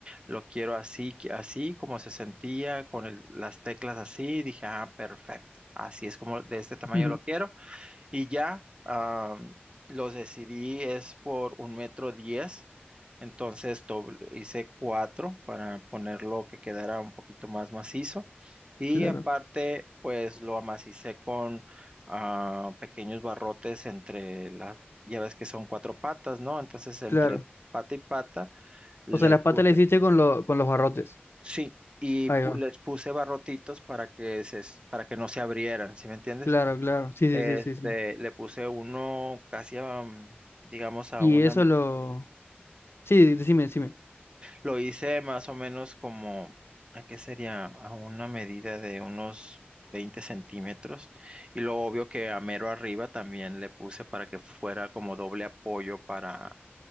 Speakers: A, on the right; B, on the left.
A: lo quiero así, que- así como se sentía, con el- las teclas así. Dije, ah, perfecto. Así es como de este tamaño
B: <laughs>
A: lo quiero. Y ya ah, los decidí es por un metro diez, entonces doble- hice cuatro para ponerlo que quedara un poquito más macizo. Y
B: claro,
A: aparte, pues lo amacicé con ah, pequeños barrotes entre la, ya ves que son cuatro patas, ¿no? Entonces entre
B: claro.
A: pata y pata le
B: O sea, las patas
A: puse,
B: las hiciste con, lo- con los barrotes.
A: sí, y
B: Ahí
A: pu-
B: va.
A: les puse barrotitos para que se, para que no se abrieran, ¿sí me entiendes?
B: Claro, claro. Sí, sí,
A: Este,
B: sí, sí, sí.
A: le puse uno casi a, mm, digamos, a
B: Y
A: una,
B: eso lo... Sí, decime, decime.
A: lo hice más o menos como, ¿a qué sería? A una medida de unos 20 centímetros. Y lo obvio que a mero arriba también le puse para que fuera como doble apoyo para,